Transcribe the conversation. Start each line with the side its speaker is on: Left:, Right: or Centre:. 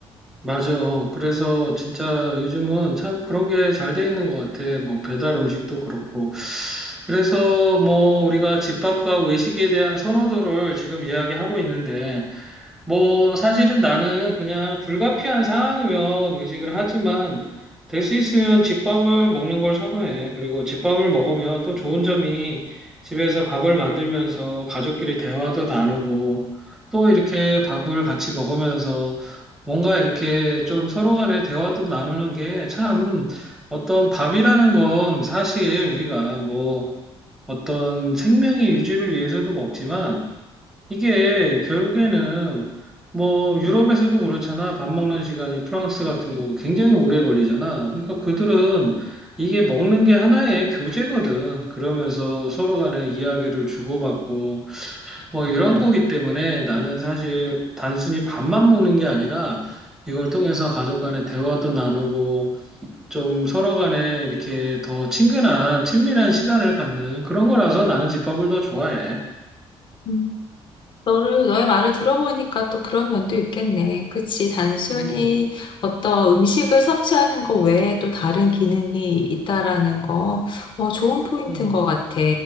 Centre: 맞아. 어, 그래서 진짜 요즘은 참 그런 게 잘 돼 있는 것 같아. 뭐 배달 음식도 그렇고. 그래서 뭐 우리가 집밥과 외식에 대한 선호도를 지금 이야기하고 있는데 뭐, 사실은 나는 그냥 불가피한 상황이면 의식을 하지만, 될 수 있으면 집밥을 먹는 걸 선호해. 그리고 집밥을 먹으면 또 좋은 점이 집에서 밥을 만들면서 가족끼리 대화도 나누고, 또 이렇게 밥을 같이 먹으면서 뭔가 이렇게 좀 서로 간에 대화도 나누는 게 참 어떤 밥이라는 건 사실 우리가 뭐 어떤 생명의 유지를 위해서도 먹지만, 이게 결국에는 뭐 유럽에서도 그렇잖아. 밥 먹는 시간이 프랑스 같은 경우도 굉장히 오래 걸리잖아. 그러니까 그들은 이게 먹는 게 하나의 교제거든. 그러면서 서로 간에 이야기를 주고받고 뭐 이런 거기 때문에 나는 사실 단순히 밥만 먹는 게 아니라 이걸 통해서 가족 간의 대화도 나누고 좀 서로 간에 이렇게 더 친근한 친밀한 시간을 갖는 그런 거라서 나는 집밥을 더 좋아해.
Left: 음. 너를, 너의 말을 들어보니까 또 그런 면도 있겠네. 그치. 단순히
Centre: 음,
Left: 어떤 음식을 섭취하는 거 외에 또 다른 기능이 있다라는 거, 어, 좋은 포인트인
Centre: 음,
Left: 것 같아.